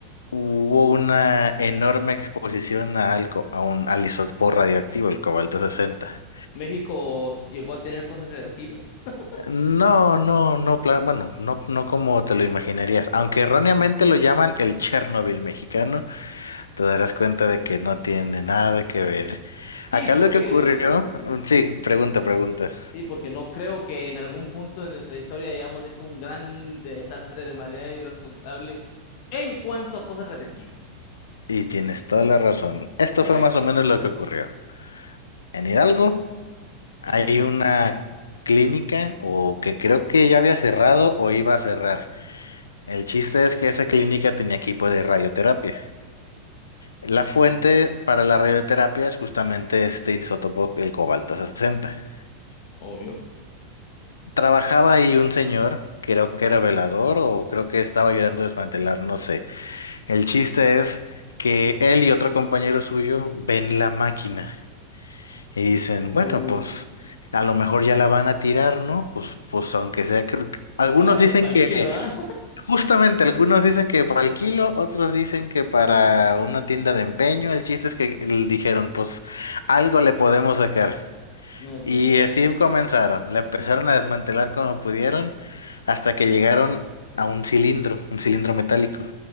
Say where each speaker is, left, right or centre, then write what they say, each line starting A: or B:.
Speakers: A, on the left (about 70°); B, on the left (about 50°).
A: hubo una enorme exposición a alco- a un al isótopo radioactivo, el cobalto 60.
B: ¿México llegó a tener cosas radioactivas? <laughs>
A: No, no, no, pla- bueno, no, no como te lo imaginarías. Aunque erróneamente lo llaman el Chernobyl mexicano, te darás cuenta de que no tiene nada que ver.
B: Sí,
A: Acá
B: porque...
A: lo que ocurrió, mm, sí,
B: sí.
A: pregunta, pregunta.
B: Sí, porque no creo que en algún punto de nuestra historia hayamos hecho un gran desastre de manera irresponsable en cuanto a cosas radiactivas.
A: Y tienes toda la razón. Esto
B: Perfecto.
A: fue más o menos
B: A
A: lo
B: ver.
A: que ocurrió. En Hidalgo hay
B: Ujú.
A: una clínica o que creo que ya había cerrado o iba a cerrar. El chiste es que esa clínica tenía equipo de radioterapia. La
B: Ok.
A: fuente para la radioterapia es justamente este isótopo, el cobalto 60.
B: Obvio.
A: Trabajaba ahí un señor, creo que era velador o creo que estaba ayudando a desmantelar, no sé. El chiste es que él y otro compañero suyo ven la máquina y dicen, bueno,
B: Uy,
A: pues a lo mejor ya la van a tirar, ¿no? Pues, pues aunque sea, creo que- algunos
B: pa,
A: dicen
B: <laughs> pa'l
A: que
B: kilo, ¿ah? <laughs>
A: Justamente, algunos dicen que para el kilo, otros dicen que para una tienda de empeño. El chiste es que l- dijeron, pues algo le podemos sacar.
B: No,
A: Y
B: por Dios.
A: así comenzaron. La empezaron a desmantelar como pudieron hasta que llegaron a un cilindro, un cilindro metálico.